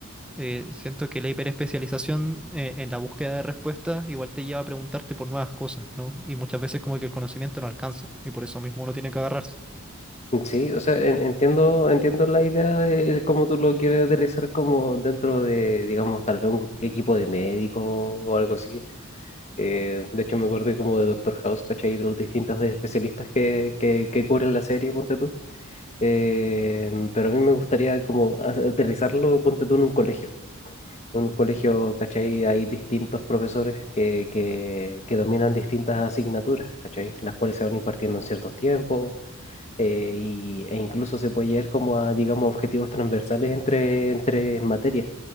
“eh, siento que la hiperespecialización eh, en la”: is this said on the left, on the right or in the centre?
Centre